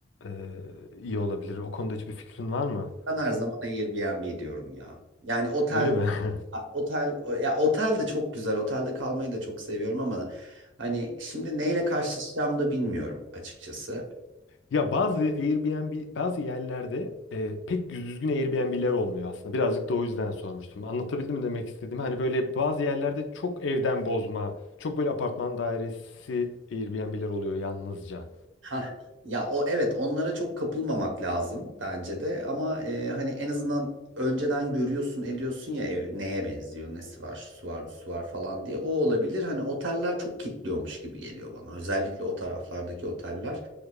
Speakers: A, on the left (about 70°); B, on the right (about 70°).
A: e, iyi olabilir? O konuda hiçbir fikrin var mı?
B: Ben her zaman Airbnb diyorum ya. Yani otel
A: Öyle mi? <laughs>
B: otel o- ya otel de çok güzel. Otelde kalmayı da çok seviyorum ama hani şimdi neyle karşılaşacağımı da bilmiyorum açıkçası.
A: Ya bazı Airbnb bazı yerlerde e, pek düzgün Airbnb'ler olmuyor aslında. Birazcık da o yüzden sormuştum. Anlatabildim mi demek istediğimi? Hani böyle bazı yerlerde çok evden bozma, çok böyle apartman dairesi Airbnb'ler oluyor yalnızca.
B: Ha ya o evet onlara çok kapılmamak lazım bence de ama e, hani en azından önceden görüyorsun ediyorsun ya ev neye benziyor nesi var şu var bu var falan diye o olabilir hani oteller çok kitliyormuş gibi geliyor bana özellikle o taraflardaki oteller